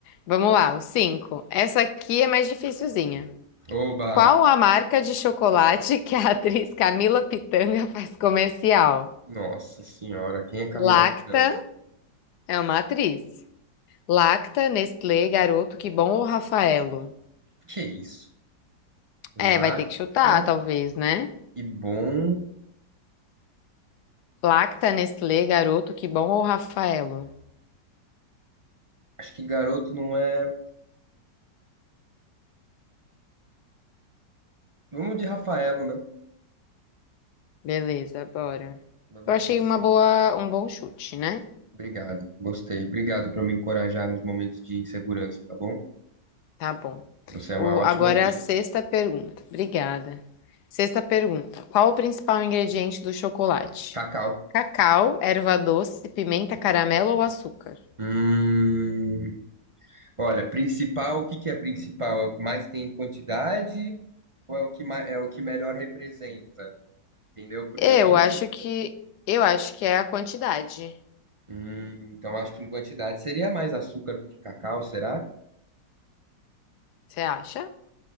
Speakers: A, on the left; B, on the right.
A: Vamos lá, o 5. Essa aqui é mais dificilzinha.
B: Oba!
A: Qual a marca de chocolate <laughs> que a atriz Camila Pitanga faz comercial?
B: Nossa senhora, quem é Camila
A: Lacta
B: Pitanga?
A: é uma atriz. Lacta, Nestlé, Garoto, Que Bom ou Rafaelo?
B: Que isso?
A: É,
B: Lacta
A: vai ter que chutar, talvez, né?
B: e bom.
A: Lacta, Nestlé, Garoto, Que Bom ou Rafaelo?
B: Acho que garoto não é. Vamos de Rafaelo, né?
A: Beleza, bora.
B: Bagulho
A: Eu achei
B: específico.
A: uma boa, um bom chute, né?
B: Obrigado, gostei. Obrigado por me encorajar nos momentos de insegurança, tá bom?
A: Tá bom.
B: Você é
A: O,
B: uma ótima
A: agora
B: ouvinte.
A: é a sexta pergunta. Obrigada. Sexta pergunta. Qual o principal ingrediente do chocolate?
B: Cacau.
A: Cacau, erva doce, pimenta, caramelo ou açúcar?
B: Hum. Olha, principal, o que que é principal? É o que mais tem em quantidade ou é o que mais, é o que melhor representa? Entendeu? Porque
A: Eu
B: eu tenho
A: acho
B: dúvida.
A: que eu acho que é a quantidade.
B: Hum, então acho que em quantidade seria mais açúcar do que cacau, será?
A: Você acha?